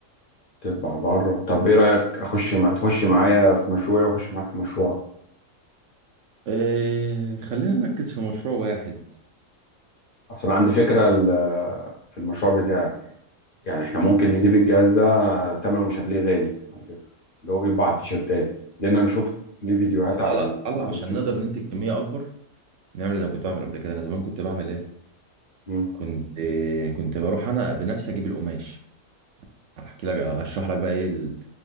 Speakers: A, on the left; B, on the right.
A: تطبع بره طب ايه رايك اخش مع... تخش معايا في مشروعي واخش معاك في مشروعك
B: إيه خلينا نركز في مشروع واحد
A: اصل عندي فكره ال... في المشروع بتاعك يعني احنا ممكن نجيب الجهاز ده ثمنه مش هتلاقيه غالي على فكره اللي هو بيطبع على التيشيرتات لان انا شفت ليه فيديوهات
B: لا
A: على
B: لا
A: ال...
B: تعالى
A: على
B: عشان
A: اليوتيوب
B: نقدر ننتج كمية اكبر نعمل زي ما كنت بعمل قبل كده انا زمان كنت بعمل ايه
A: مم.
B: كنت إيه كنت بروح انا بنفسي اجيب القماش احكي لك اشرح لك بقى ايه ال-